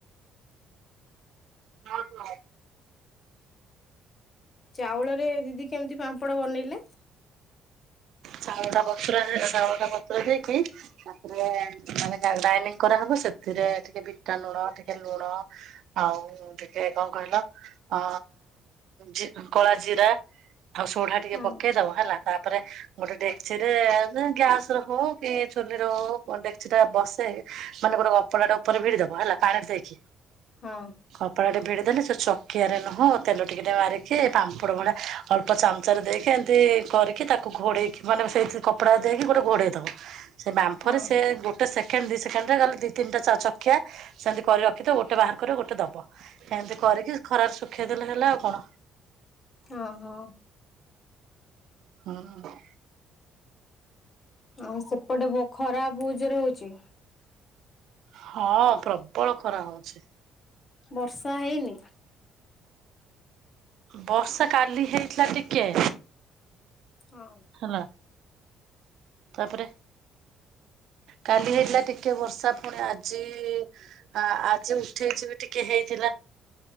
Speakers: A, on the right; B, on the left.
A: ହଁ ହଁ।
B: ଚାଉଳରେ ଦିଦି କେମିତି ପାମ୍ପଡ ବନେଇଲେ?
A: ଚାଉଳଟା ବତୁରା ହେଲେ ଚାଉଳଟା ବତୁରେଇ ଦେଇକି ତାପରେ ମାନେ ଗ୍ରାଇଣ୍ଡିଙ୍ଗ କରାହବ ସେଥିରେ ଟିକେ ବିଟ ଲୁଣ ଟିକେ ଲୁଣ ଆଉ ଟିକେ କଣ କହିଲ ଅ ଜି କଳାଜିରା ଆଉ ସୋଢା ଟିକେ
B: ହଁ
A: ପକେଇଦବ ହେଲା ତାପରେ ଗୋଟେ ଡେକ୍ଚିରେ ଗ୍ୟାସରେ ହଉ କି ଚୁଲିରେ ହଉ ଡେକ୍ଚିଟା ବସେଇ ମାନେ ଗୋଟେ କପଡ଼ାଟା ଉପରେ ଭିଡିଦବ ହେଲା ପାଣିରେ ଥୋଇକି।
B: ହଁ।
A: କପଡ଼ାଟେ ଭିଡିଦେଲେ ସେ ଚକିଆରେ ନୁହଁ ତେଲ ଟିକେ ଟିକେ ମାରିକି ପାମ୍ପଡ ଭଳିଆ ଅଳ୍ପ ଚାମଚାରେ ଦେଇକି ଏମିତି କରିକି ତାକୁ ଘୋଡ଼େଇକି ମାନେ ସେଇଥିରେ କପଡ଼ା ଦେଇକି ଗୋଟେ ଘୋଡ଼େଇ ଦେବ, ସେ ବାମ୍ଫରେ
B: ହଁ
A: ସେ ଗୋ ଗୋଟେ ସେକେଣ୍ଡ ଦି ସେକେଣ୍ଡରେ ଖାଲି ଦିଇ ତିନଟା ଚକିଆ ସେମିତି କରି ରଖିଥିବ, ଗୋଟେ ବାହାର କରିବ ଗୋଟେ ଦବ। ଏମିତି କରିକି ଖରାରେ ଶୁଖେଇ ଦେଲେ ହେଲା ଆଉ କଣ?
B: ଓହୋ।
A: ହଁ।
B: ଆଉ ସେପଟେ ଖରା ବହୁତ୍ ଜୋରେ ହଉଚି?
A: ହଁ ପ୍ରବଳ ଖରା ହଉଚି।
B: ବର୍ଷା ହେଇନି?
A: ବର୍ଷା କାଲି ହେଇଥିଲା ଟିକେ।
B: ହଁ।
A: ହେଲା ତାପରେ କାଲି ହେଇଥିଲା ଟିକେ ବର୍ଷା ଫୁଣି ଆଜି ଆ ଆଜି ଉଠେଇଛି ବି ଟିକେ ହେଇଥିଲା।